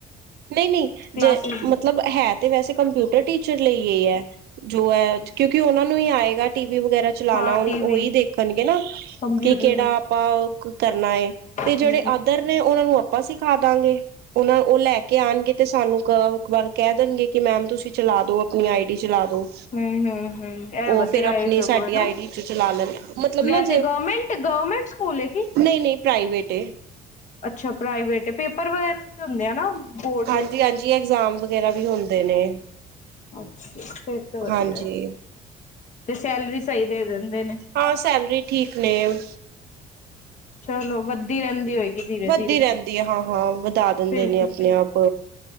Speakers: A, on the right; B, on the left.
A: ਨਹੀਂ-ਨਹੀਂ,
B: ਕਲਾਸਿਸ
A: ਜੇ ਮਤਲਬ ਹੈ ਤੇ ਵੈਸੇ ਕੰਪਿਊਟਰ ਟੀਚਰ ਲਈ ਇਹ ਹੈ। ਜੋ ਐ, ਕਿਉਂਕਿ ਉਹਨਾਂ ਨੂੰ ਹੀ ਆਏਗਾ ਟੀਵੀ ਵਗੈਰਾ ਚਲਾਣਾ,
B: ਹਾਂ ਟੀਵੀ
A: ਉਹੀ ਦੇਖਣਗੇ ਨਾ।
B: ਕੰਪਿਊਟਰ
A: ਕਿ ਕਿਹੜਾ
B: ਵੀ
A: ਆਪਾਂ ਓਹ ਕਰਨਾ, ਤੇ
B: ਹੂੰ
A: ਜਿਹੜੇ ਅ ਇੱਧਰ ਨੇ, ਉਹਨਾਂ ਨੂੰ ਆਪਾਂ ਸਿਖਾਦਾਂਗੇ ਉਹਨਾਂ ਉਹ ਲੈ ਕੇ ਲੈਕੇ ਆਣਗੇ ਤੇ ਸਾਨੂੰ ਇੱਕ ਵਾਰ ਕਹਿ ਦੇਣਗੇ, ਕਿ ਮੈਮ ਤੁਸੀਂ ਚਲਾ ਦੋ ਆਪਣੀ ਆਈਡੀ ਚਲਾ ਦੋ।
B: ਹਮ, ਹਮ, ਹਮ ਇਹ
A: ਉਹ
B: ਵਧੀਆ
A: ਫਿਰ ਆਪਣੀ
B: ਇਹ ਸਭ
A: ਸਾਡੀ
B: ਹਨਾ,
A: ਆਈ ਡੀ ਚ ਚਲਾ ਲੈਣ ਮਤਲਬ ਨਾ
B: ਵੈਸੇ ਗੌਰਮੈਂਟ ਗੌਰਮੈਂਟ ਭੂਲੇਗੀ।
A: ਨਹੀਂ-ਨਹੀਂ, ਪ੍ਰਾਈਵੇਟ ਏ।
B: ਅੱਛਾ, ਪ੍ਰਾਈਵੇਟ ਏ ਪੇਪਰ ਵਗੈਰਾ ਵੀ ਤਾਂ ਹੁੰਦੇ ਆ ਨਾ। ਬੋਰਡ
A: ਹਾਂਜੀ-ਹਾਂਜੀ,
B: ਦੇ
A: ਐਗਜ਼ਾਮ ਵਗੈਰਾ ਵੀ ਹੁੰਦੇ ਨੇ।
B: ਅੱਛਾ, ਫਿਰ ਤਾਂ ਵਧੀਆ
A: ਹਾਂਜੀ
B: ਤੇ ਸੈਲਰੀ ਸਹੀ ਦੇ ਦਿੰਦੇ ਨੇ।
A: ਹਾਂ ਸੈਲਰੀ <unintelligible> ਠੀਕ ਨੇ ਓਹ।
B: ਚਲੋ, ਵੱਧਦੀ ਰਹਿੰਦੀ ਹੋਏਗੀ। ਧੀਰੇ
A: ਵੱਧਦੀ
B: ਧੀਰੇ
A: ਰਹਿੰਦੀ ਆ ਹਾਂ-ਹਾਂ ਵਧਾ ਦਿੰਦੇ
B: ਫਿਰ
A: ਨੇ,
B: ਤੇ
A: ਆਪਣੇ ਆਪ